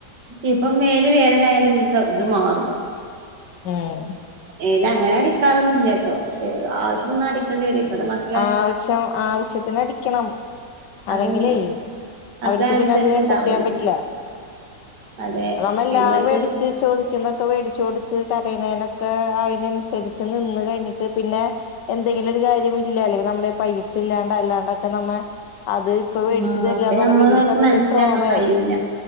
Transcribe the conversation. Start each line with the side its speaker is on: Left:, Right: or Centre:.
Right: ഇപ്പം മേല് വേദനായലും സ ഇത് മാറും
Left: ഉം
Right: മേല് അങ്ങനെ അടിക്കാറൊന്നുല്ല്യാട്ടോ പഷെ ആവശ്യംവന്നാ അടിക്കേണ്ടി വരും ഇപ്പത്തെ മക്ക്
Left: ആവശ്യം ആവശ്യത്തിനടിക്കണം. അല്ലെങ്കിലേ
Right: അതന്നെ
Left: അവര്ക്ക്
Right: അപ്പളേ അനുസരണ
Left: പിന്നെ അത് അസെപ്റ്റ്
Right: ഉണ്ടാവുള്ളു
Left: ചെയ്യാൻ പറ്റില്ലാ
Right: അതെ
Left: നമ്മെല്ലാം
Right: പിന്നെ അവർക്ക്
Left: വേടിച്ച്
Right: ശ
Left: ചോദി ക്കുന്നൊക്കെ വേടിച്ച് കൊടുത്ത് കരയണേനൊക്കെ അയ്നൻസരിച്ച് നിന്ന് കയ്ഞ്ഞിട്ട് പിന്നെ എന്തെങ്കിലും ഒരു കാര്യം ഇല്ല അല്ലെങ്കി നമ്മടെയ് പൈസ ഇല്ലാണ്ട അല്ലാണ്ടൊക്കെ നമ്മെ അത് ഇപ്പ വേടിച്ച്
Right: ആഹ്
Left: തരിലാന്ന്
Right: അപ്പൊ
Left: പറയ്മ്പോ
Right: നമ്മള്
Left: ഇവര്ക്ക്
Right: അവർക്ക്
Left: അതൊരു
Right: മനസ്സിലാക്കാൻ
Left: ട്രോമയാവും
Right: കഴിയൂല